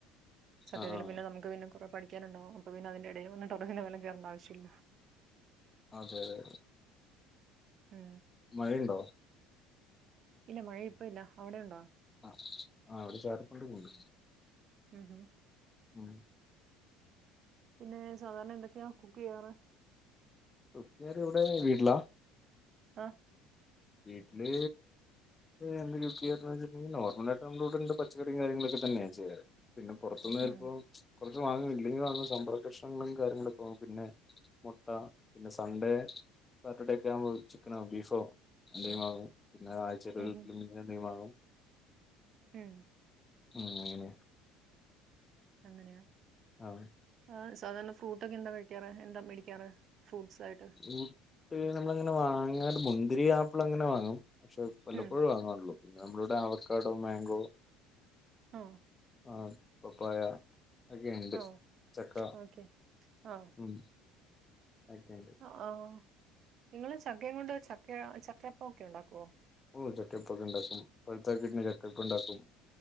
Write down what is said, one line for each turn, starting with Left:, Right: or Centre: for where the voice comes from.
Right: സത്യത്തിൽ
Left: ആ ആ
Right: പിന്നെ ന്നമുക്ക് പിന്നെ കൊറെ പഠിക്കാനുണ്ടാവും അപ്പ പിന്നെ അതിന്റെ എടയില് വന്ന്ട്ട് അയിന്റെ മേലെ കയറണ്ടാവിശ്യമില്ല.
Left: അതെലേ
Right: ഉം
Left: മഴണ്ടോ?
Right: ഇല്ല മഴ ഇപ്പൊ ഇല്ല അവിടെ ഇണ്ടോ?
Left: അഹ് ആഹ് ഇവിടെ ചാറിക്കൊണ്ട് പോയി
Right: മ് ഹ്
Left: ഉം
Right: പിന്നെ സാധാരണ എന്തൊക്കെയാ കുക്കെയ്യാർ?
Left: കുക്കിയാറി എവിടെ വീട്ടിലാ?
Right: അഹ്
Left: വീട്ടില് എന്താ കൊക്കെയാ വെച്ചിട്ടണ്ടെങ്കി നോർമലായിട്ട് ന്നമ്മളോടെ പച്ചറിം കാര്യങ്ങളക്കെന്നെയാണ് ചെയ്യാറ്. പിന്നെ പൊർത്തുന്ന്വരുബൊ
Right: ഉം
Left: ചെലപ്പോൾ കൊർച്ച് വാങ്ങും ഇല്ലെങ്കിൽ വാങ്ങ സാമ്പാർ കക്ഷ്ണങ്ങളും കാര്യങ്ങളൊക്കെവാങ്ങും പിന്നെ മൊട്ട പിന്നെ സൺഡേ സാറ്റർഡേക്കെ ആകുമ്പോൾ ചിക്കനോ ബീഫോ എത്നെവാങ്ങും പിന്നെ ആഴ്ചയില്
Right: ഉം
Left: ഒരിക്ക്
Right: ഉം
Left: മീനെന്തെങ്കിലും വാങ്ങും.
Right: ഉം
Left: ഉം അങ്ങനെ
Right: അങ്ങനെയാ?
Left: ആഹ്
Right: ആഹ് സാധാരണ ഫ്രൂട്ട് ഒക്കെ എന്താ കഴിക്കാറ് എന്താ മേടിക്കാറ് ഫ്രൂട്ട്സ് ആയിട്ട്?
Left: ഫൂട്ട് ന്നമ്മളങ്ങനെ വാങ്ങാർ മുന്തിരി ആപ്പിൾ അങ്ങനെ വാങ്ങും പക്ഷെ വല്ലപ്പോഴും
Right: ഉം
Left: വാങ്ങാറൊള്ളൂ. പിന്നെ നമ്മളിവിടെ അവകാടോ മാങ്കോ
Right: അഹ്
Left: ആഹ് പപ്പായ ഒക്കെ ഇണ്ട്
Right: ആ
Left: ചക്ക
Right: ഓക്കെ ആ
Left: ഉം ഒക്കെണ്ട്.
Right: ഓ ഓ നിങ്ങള് ചക്കേം കൊണ്ട് ചക്ക ചക്കയപ്പ ഒക്കെ ഇണ്ടാക്കോ?
Left: ഓ ചെക്കപ്പൊക്കെ ഇണ്ടാക്കും പയുത്ത കിട്ട്ണെ ചെക്കപ്പണ്ടാക്കും